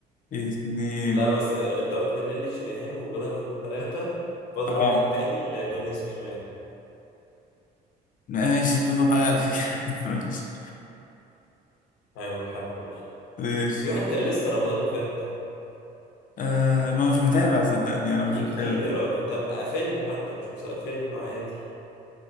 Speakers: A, on the left; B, on the left.
A: اتنين
B: لا بس انت قلت نيلي شريهان وبدر حدود ثلاثة فاضل
A: اه
B: واحد تاني لدنيا سمير غانم
A: ماشي بتضغط عليا على فكرة <laughs> ماشي
B: حاول حاول
A: ماشي
B: في واحد كان لسه رمضان اللي فات ده
A: آه ما مش متابع صدقني انا مش
B: في
A: متابع
B: كتير يا راجل طب أ- فيلم حتى مش مسلسل فيلم عادي